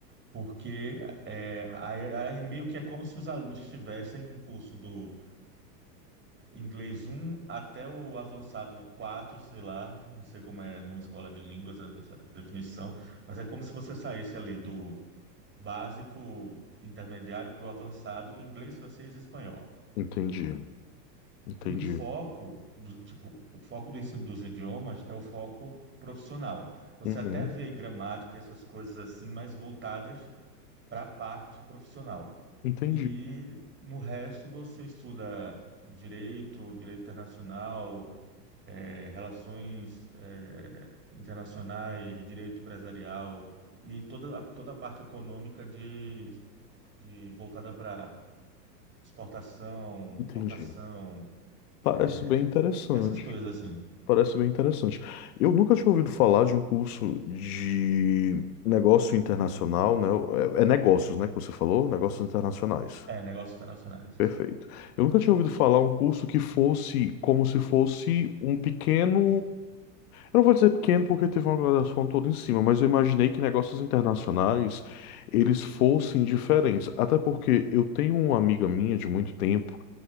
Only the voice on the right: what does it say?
porque é, aí, aí meio que é como se os alunos tivessem um curso do inglês um até o avançado 4 sei lá, não sei como é numa escola de línguas essa, essa definição, mas é como se você saísse ali do básico intermediário para o avançado inglês, francês e espanhol.
Com um foco, do, tipo, o foco do ensino dos idiomas é o foco profissional. Você
até vê gramática, essas coisas assim, mas voltadas para a parte profissional.
E no resto você estuda direito, direito internacional, eh, relações, eh, internacionais, direito empresarial e toda, a- toda a parte econômica de, de voltada para exportação,
importação,
eh,
essas coisas assim.
É, negócios internacionais.